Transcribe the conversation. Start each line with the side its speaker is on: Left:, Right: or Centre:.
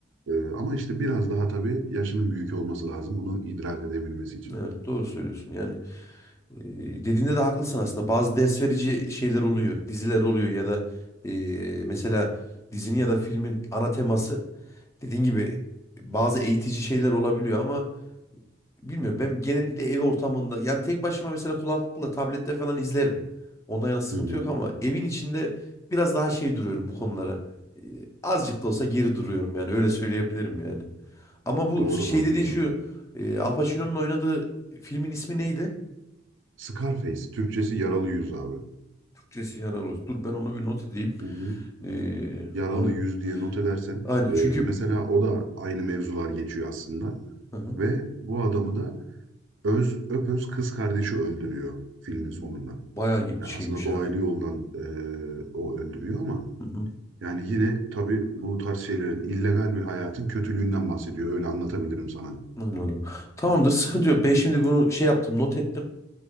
Right: E, ama işte biraz daha tabii yaşının büyük olması lazım bunu idrak edebilmesi için.
Left: Evet doğru söylüyorsun. Yani e, dediğinde de haklısın aslında. Bazı ders verici şeyler oluyor, diziler oluyor ya da e, mesela dizinin ya da filmin ana teması dediğin gibi bazı eğitici şeyler olabiliyor ama bilmiyorum ben genellikle ev ortamında yani tek başıma mesela kulaklıkla tablette falan izlerim. Ondan yana sıkıntı
Right: Hı hı.
Left: yok ama evin içinde biraz daha şey duruyorum bu konulara. Ee, azıcık da olsa geri duruyorum yani öyle söyleyebilirim yani. Ama bu
Right: Doğru
Left: şey
Right: haklısın.
Left: dediğin şu e, Al Pacino'nun oynadığı filmin ismi neydi?
Right: Scarface Türkçesi yaralı yüz abi.
Left: Türkçesi yaralı. Dur ben onu bir not edeyim.
Right: Hı hı.
Left: Ee,
Right: Yaralı
Left: onu
Right: yüz diye not edersen
Left: aynen
Right: e,
Left: çünkü
Right: mesela o da aynı mevzular geçiyor aslında.
Left: Hı hı.
Right: Ve bu adamı da öz öpöz kız kardeşi öldürüyor filmin
Left: Hmm,
Right: sonunda.
Left: bayağı
Right: Yani
Left: şeymiş
Right: aslında dolaylı
Left: ya.
Right: yoldan e, o öldürüyor ama
Left: Hı hı,
Right: yani yine tabii bu tarz şeylerin illegal bir hayatın kötülüğünden bahsediyor. Öyle anlatabilirim sana.
Left: anladım. Tamamdır sıkıntı yok. Ben şimdi bunu şey yaptım not ettim.